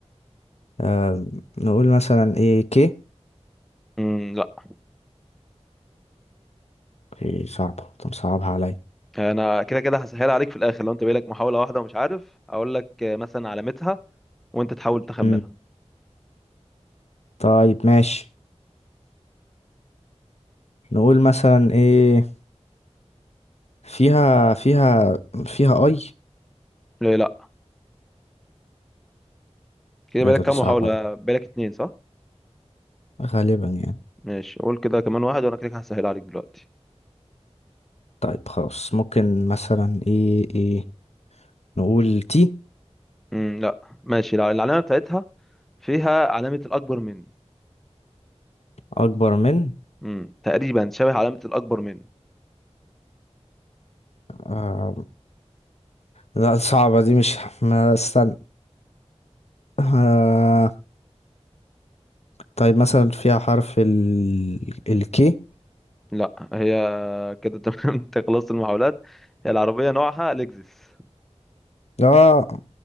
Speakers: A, on the left; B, in the centre.
A: آم، نقول مثلا ايه كي
B: امم لا
A: اوكي، صعبة طب صعبها عليا
B: انا كده كده هسهل عليك في الاخر لو انت بقالك محاوله واحده ومش عارف هقول لك آه، مثلا علامتها وانت تحاول تخمنها
A: مم. طيب ماشي نقول مثلا ايه فيها فيها فيها اي
B: ليه لا كده
A: الرياضة
B: بقالك كام
A: دي صعبة
B: محاوله
A: دي.
B: بقالك اتنين صح
A: غالبا يعني
B: ماشي قول كده كمان واحد وانا كده كده هسهل عليك دلوقتي
A: طيب خلاص ممكن مثلا ايه ايه نقول تي
B: امم لا ماشي لا، العلامه بتاعتها فيها علامه الاكبر من
A: أكبر من
B: امم تقريبا شبه علامه الاكبر من
A: آه لا صعبة دي مش ما استنى آه طيب مثلا فيها حرف ال الكي
B: لا هي كده تمام <laughs> انت خلصت المحاولات هي العربيه نوعها لexus
A: اه